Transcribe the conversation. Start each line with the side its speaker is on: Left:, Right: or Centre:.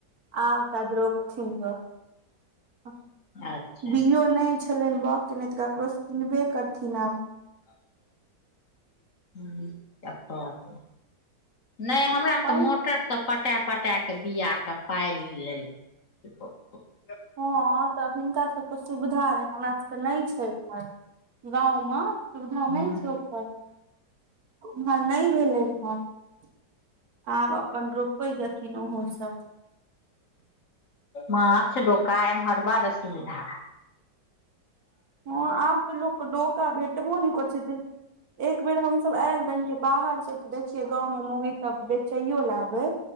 Right: आब तब रोपथिन ग <inaudible>
Left: अच्छा
Right: बीयो नै छलैन बाउग केने तऽ ककरो स किनबे करथिन आब
Left: <unintelligible> हू केकर <inaudible> नै हमरा तऽ
Right: पैघ
Left: मोटर सब पटा पटा केँ बीया केँ पाइल लेलकै <unintelligible>
Right: हँ तऽ हिनका सबक सुविधा हमरा सबक नै छै उमहर <inaudible> गाँवम सुविधा
Left: हूँ
Right: नै छै ओकर <inaudible> उम्हर नै भेलैन हन <inaudible> आब अपन रोप रोपाइ जेथिन ओहो सब
Left: माछ डोका एमहर बड़ सुविधा
Right: हँ आब तऽ लोक डोका भेट बौ नै कर छै तऽ एक बेर हम सब ऐल रहियै बाहर स तऽ देखियै गांव म मोगी तब बेचैयो लऽ आबै